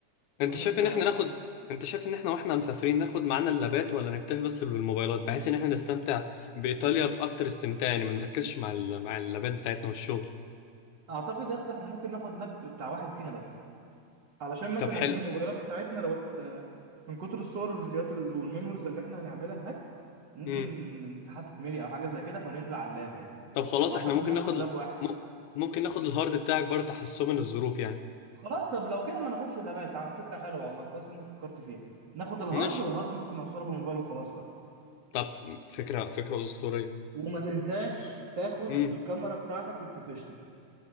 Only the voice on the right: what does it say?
واحنا
في الطياره
اعتقد يا اسطى احنا ممكن ناخد لاب بتاع واحد فينا بس علشان مثلا
ايه الموبايلات بتاعتنا لو ات- من كتر الصور والفيديوهات ال- والميموريز اللي احنا هنعملها هناك ممكن
الساحات تتملي او حاجه زي كده فننقل على اللاب يعني
فاعتقد
ناخد
لاب واحد
خلاص طب لو كده ما ناخدش اللابات ع- فكرة حلوة والله كويس انت فكرت فيها ناخد الهارد
والهارد ممكن نوصله بالموبايل وخلاص بقى
وما تنساش تاخد
الكاميرا بتاعتك البروفيشنال